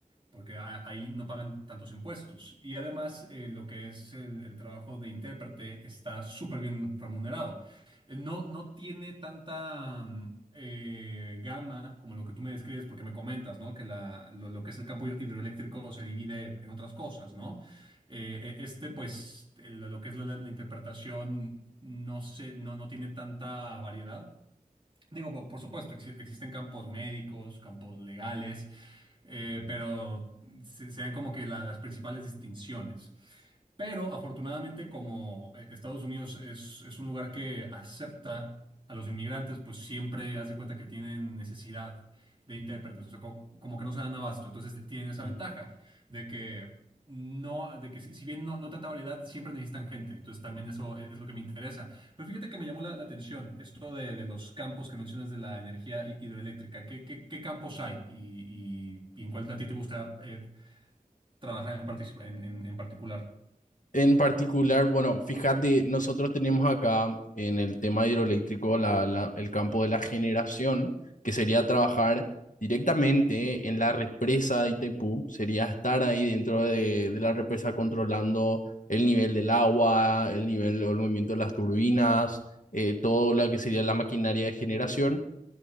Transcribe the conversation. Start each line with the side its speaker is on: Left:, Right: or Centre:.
Right: porque a- ahí no pagan tantos impuestos. Y además, eh, lo que es el, el trabajo de intérprete está súper bien remunerado. Eh, No, no tiene tanta mm, eh, gama como lo que tú me describes, porque me comentas, ¿no? Que la- lo, lo que es el campo hidroeléctrico se divide en otras cosas, ¿no? Eh, e- este, pues, el- lo que es la, la- la interpretación no se, no, no tiene tanta variedad. Digo, por, por supuesto, exi- existen campos médicos, campos legales, eh, pero se, se ven como que la- las principales distinciones. Pero afortunadamente, como eh, Estados Unidos es, es un lugar que acepta a los inmigrantes, pues siempre haz de cuenta que tienen necesidad de intérpretes, o sea, co- como, que no se dan abasto. Entonces t- tienen esa
Left: Ujú.
Right: ventaja de que no, de que si si bien no, no tanta variedad, siempre necesitan gente. Entonces también eso e- es, lo que me interesa. Pero fíjate que me llamó la, la atención esto de, de los campos que mencionas de la energía hi- hidroeléctrica. ¿Qué, qué, qué campos hay y, y- y en cuál a ti te gusta eh, trabajar en, partici- en en- en particular?
Left: En particular, bueno, fíjate, nosotros tenemos acá en el tema hidroeléctrico la- la- el campo de la generación, que sería trabajar directamente en la represa de Itaipú, sería estar ahí dentro de, de la represa controlando el nivel del agua, el nivel o el movimiento de las turbinas, eh, todo lo que sería la maquinaria de generación.